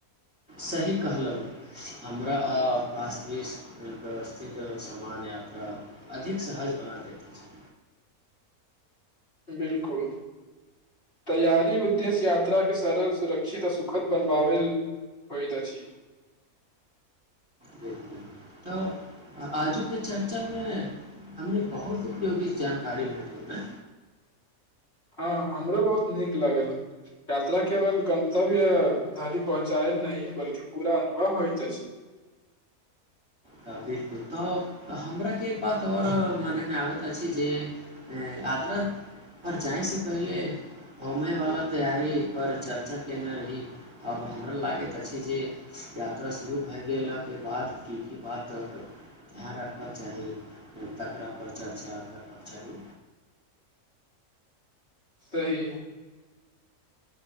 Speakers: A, on the right; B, on the left.
A: सही कहलहुँ हमरा वास्तविक व्यवस्थित समान यात्रा अधिक सहज बना दैत अछि
B: बिलकुल तैयारी उद्देश्य यात्राकें सरल सुरक्षित आ सुखद बनबालेल होइत अछि
A: बिलकुल तऽ आजूके चर्चामे हमने बहुत उपयोगी जानकारी भेटल ने
B: हँ हमरो बहुत नीक लागल यात्रा केवल गन्तव्य धरि पहुँचायल नहि बल्कि पूरा अनुभव होइत अछि
A: तऽ बिल्कुल तऽ हमराके एक बात आओर मानयमे आबैत अछि जे यात्रा पर जाइसँ पहिले घुमयवला तैयारी पर चर्चा कयने रही आब हमरा लागैत अछि जे यात्रा शुरू भए गेलाके बाद की की बातक ध्यान रखबाक चाही तकरा पर चर्चा करबाक चाही
B: सही